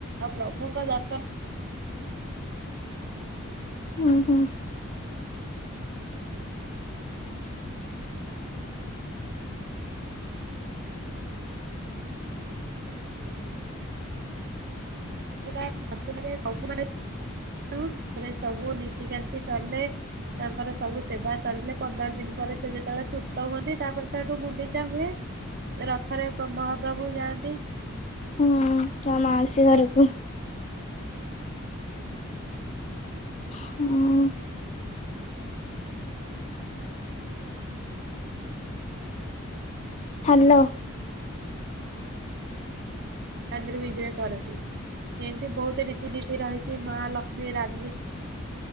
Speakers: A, on the right; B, on the left.
A: ଆଉ ପ୍ରଭୁଙ୍କ ଦର୍ଶନ
B: ଉଁ ହୁଁ।
A: <unintelligible> ସମ୍ପୂର୍ଣ୍ଣରେ ସବୁ ମାନେ ଉଁ ରେ ସବୁ ନିତିକାନ୍ତି ସରିଲେ ତାଙ୍କର ସବୁ ସେବା ସରିଲେ ପନ୍ଦର ଦିନି ପରେ ସେ ଯେତବେଳେ ସୁସ୍ତ ହୁଅନ୍ତି ତାପରେ ତ ଏଠୁ ଗୁଣ୍ଡିଚା ହୁଏ। ରଥରେ ପ ମହାପ୍ରଭୁ ଯାଆନ୍ତି।
B: ହୁଁ ତାଙ୍କ ମାଉସୀ ଘରୁକୁ। ହଁ। ହ୍ୟାଲୋ।
A: ଳାଦ୍ରି ବିଜେ କରନ୍ତି ଏନ୍ତି ବୋହୁତ ରୀତିନୀତି ରହିଛି ମା ଲକ୍ଷ୍ମୀ ରାଗି